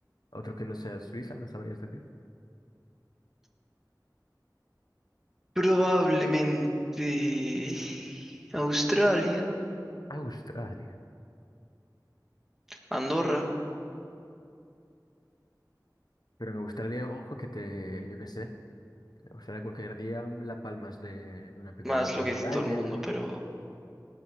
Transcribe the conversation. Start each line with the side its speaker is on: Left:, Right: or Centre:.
Left: otro que no sea Suiza, ¿me sabrías decir?
Centre: probablemente Australia,
Left: Australia.
Centre: Andorra,
Left: Pero en Australia, ojo que te, yo qué sé. O sea, cualquier día las palmas de una picadura
Centre: más lo
Left: de
Centre: que dice
Left: araña.
Centre: todo el mundo, pero